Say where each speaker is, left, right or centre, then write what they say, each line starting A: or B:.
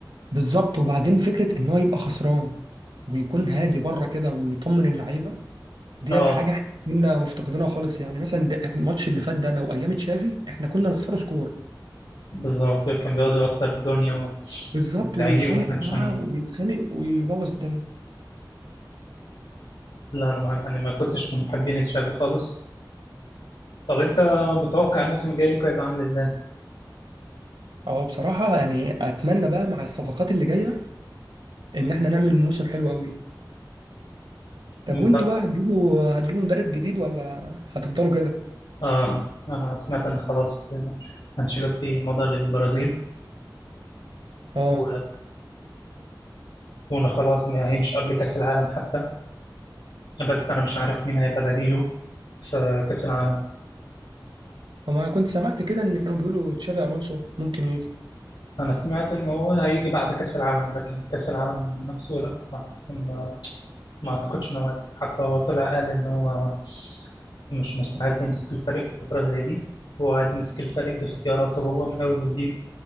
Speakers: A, on the right; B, on the left.
A: بالظبط وبعدين فكرة ان هو يبقى خسران ويكون هادي بره كده ويطمن اللعيبة ديت
B: اه
A: حاجه احنا كنا مفتقدينها خالص يعني مثلا ده إحنا الماتش اللي فات ده لو ايام تشافي احنا كنا نخسره سكور
B: بالظبط كان بيقعد يوتر الدنيا
A: بالظبط
B: والعيق
A: ويتخانق
B: وتنشنه
A: بقى ويتخانق ويبوظ الدنيا
B: لا انا ما يعني ما كنتش من محبين تشافي خالص طب انت متوقع الموسم الجاي لكم هيبقى عامل ازاي؟
A: اه بصراحه يعني اتمنى بقى مع الصفقات اللي جايه ان احنا نعمل موسم حلو قوي طب
B: انت
A: وانتوا بقى هتجيبوا هتجيبوا مدرب جديد ولا هتفضلوا كده
B: اه انا سمعت ان خلاص انشيلوتي مضى للبرازيل
A: اه
B: و... وان خلاص ما هيمش قبل كاس العالم حتى بس انا مش عارف مين هيبقى بديله في كاس العالم
A: هو انا كنت سمعت كده ان كانوا بيقولوا تشافي الونسو ممكن يجي
B: انا سمعت ان هو هيجي بعد كاس العالم لكن كاس العالم نفسه لا بس ما ما اعتقدش ان هو هيجي. حتى هو طلع قال ان هو مش مستعد يمسك الفريق في فتره زي دي هو عايز يمسك الفريق باختياراته هو من اول وجديد